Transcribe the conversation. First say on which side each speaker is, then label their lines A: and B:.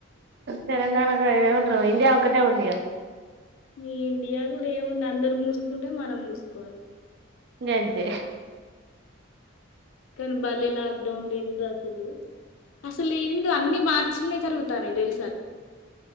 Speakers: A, on the right; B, on the left.
A: తెలంగాణగా ఏమంటరూ ఇండియా ఒక్కటే ఉందిగా
B: ఈ ఇండియా గూడా ఏముంది అందరు మూసుకుంటే మనం మూసుకోవాలి
A: ఇ గంతే
B: కని బల్లిలా డౌన్టేంట్ అసలు అసలు ఏందో అన్నీ మార్చిల్నే జరుగుతానాయ్ తెలుసా నీకు